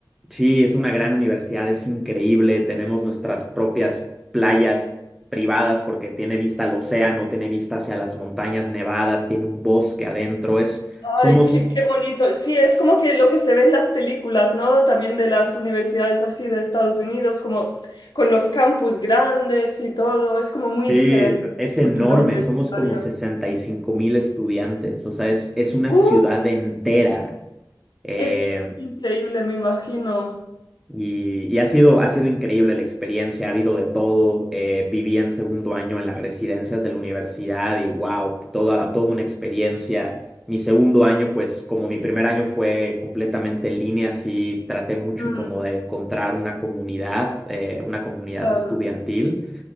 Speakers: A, in the centre; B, on the left.
A: Sí, es una gran universidad, es increíble. Tenemos nuestras propias playas privadas porque tiene vista al océano, tiene vista hacia las montañas nevadas, tiene un bosque adentro. Es,
B: Ay,
A: somos,
B: qué, qué bonito. Sí, es como que lo que se ve en las películas, ¿no? También de las universidades así de Estados Unidos, como con los campus grandes y todo. Es como muy
A: sí,
B: diferente
A: es, es enorme.
B: cultura universitaria.
A: Somos como sesenta y cinco mil estudiantes. O sea, es, es una
B: Uh,
A: ciudad entera. Eh,
B: es increíble, me imagino.
A: Y, y ha sido, ha sido increíble la experiencia, ha habido de todo. eh, viví en segundo año en las residencias de la universidad y wow, toda, toda una experiencia. Mi segundo año, pues como mi primer año fue completamente en línea, sí traté mucho
B: Mm,
A: como de encontrar una comunidad, eh, una comunidad
B: claro.
A: estudiantil.